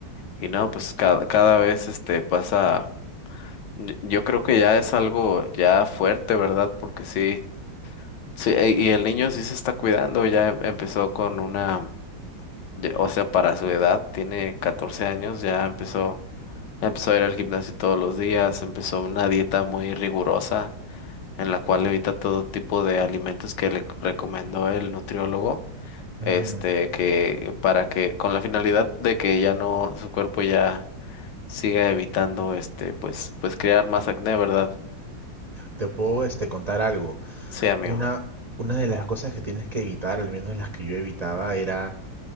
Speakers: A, on the left; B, on the right.
A: y no, pues cada, cada vez este pasa. Yo yo creo que ya es algo ya fuerte, ¿verdad? Porque sí. Sí, e- y el niño sí se está cuidando, ya em- empezó con una Ya- O sea, para su edad, tiene 14 años, ya empezó, empezó a ir al gimnasio todos los días, empezó una dieta muy rigurosa en la cual evita todo tipo de alimentos que le recomendó el nutriólogo,
B: ujú.
A: este, que para que, con la finalidad de que ya no, su cuerpo ya siga evitando, este, pues, pues crear más acné, ¿verdad?
B: Te puedo este, contar algo.
A: Sí, amigo.
B: Una, una de las cosas que tienes que evitar, al menos las que yo evitaba, era